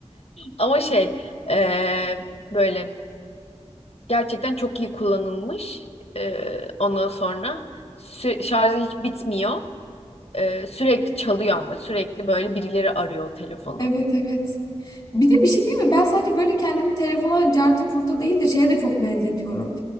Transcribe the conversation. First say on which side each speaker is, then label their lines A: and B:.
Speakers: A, on the left (about 60°); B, on the left (about 30°).
A: Ama şey eee, böyle gerçekten çok iyi kullanılmış. Eee, ondan sonra sü- şarjı hiç bitmiyor. Eee, sürekli çalıyor ama sürekli böyle birileri arıyor o telefonu.
B: Evet evet. Bir de bir şey değil mi? Ben sadece böyle kendimi telefona carta curta değil de şeye de çok benzetiyorum.